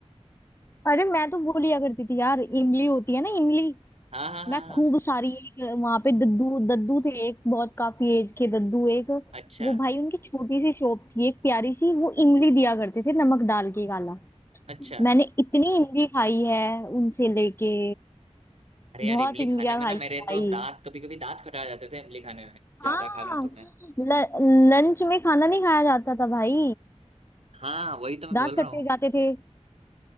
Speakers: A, on the left; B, on the right.
A: <laughs> अरे मैं तो वो लिया करती थी यार इमली होती है ना इमली
B: हाँ हाँ हाँ
A: मैं
B: हाँ
A: खूब सारी एक वहां पे दद्दू दद्दू थे एक बहुत काफी एज के दद्दू एक
B: अच्छा
A: वो भाई उनकी छोटी सी शॉप थी एक प्यारी सी वो इमली दिया करते थे नमक डाल के काला
B: अच्छा
A: मैंने इतनी इमली खाई है उनसे लेके
B: अरे यार
A: बहुत
B: इमली
A: इमलियां
B: खाने में
A: खाई
B: ना मेरे
A: है भाई
B: तो दांत कभी कभी दांत खटा जाते थे इमली खाने में ज्यादा
A: हाँ
B: खा लूं तो मैं
A: ल, लंच में खाना नहीं खाया जाता था भाई
B: हाँ वही तो मैं
A: दांत
B: बोल
A: कट्टे
B: रहा हूँ
A: जाते थे